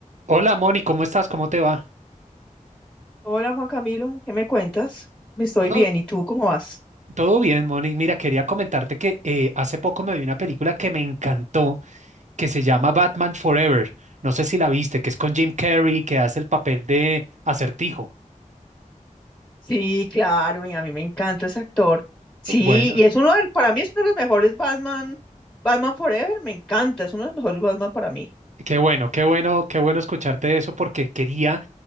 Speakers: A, on the right (about 60°); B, in the centre.
A: Hola Moni, ¿cómo estás? ¿Cómo te va?
B: Hola Juan Camilo, ¿qué me cuentas? Estoy
A: Todo,
B: bien, ¿y tú cómo vas?
A: todo bien, Moni. Mira, quería comentarte que eh, hace poco me vi una película que me encantó, que se llama Batman Forever. No sé si la viste, que es con Jim Carrey, que hace el papel de Acertijo.
B: Sí, claro, y a mí me encanta ese actor. Sí,
A: Bueno,
B: y es uno del, para mí es uno de los mejores Batman, Batman Forever, me encanta, es uno de los mejores Batman para mí.
A: qué bueno, qué bueno, qué bueno escucharte eso porque quería